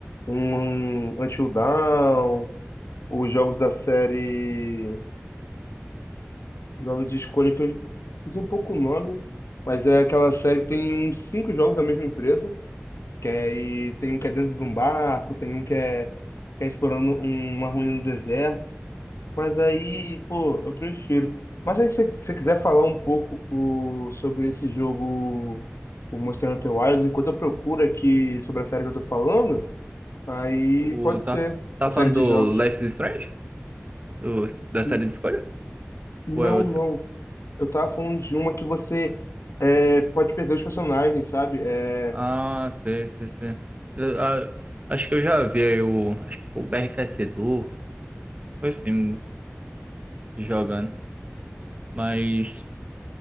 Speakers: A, on the left; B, on the right.
A: Um Until Dawn, os jogos da série. Jogos de escolha que eu fiz um pouco o nome, mas é aquela série que tem uns cinco jogos da mesma empresa, que aí tem um que é dentro de um barco, tem um que é, que é explorando um- uma ruína no deserto. Mas aí, pô, eu prefiro. Mas aí, se você quiser falar um pouco o, sobre esse jogo, o Monster Hunter Wilds, enquanto eu procuro aqui sobre a série que eu tô falando, aí
B: O,
A: pode
B: tá,
A: ser
B: tá
A: a série
B: falando
A: de jogos.
B: do Life is Strange? Do- da série
A: N-
B: de escolha?
A: Não,
B: Ou é outro?
A: não. Eu tava falando de uma que você é, pode perder os personagens, sabe? É,
B: Ah, sei, sei, sei. Eu- ah, acho que eu já vi aí o. Acho que foi o BRKC do. Foi assim, jogando. Mas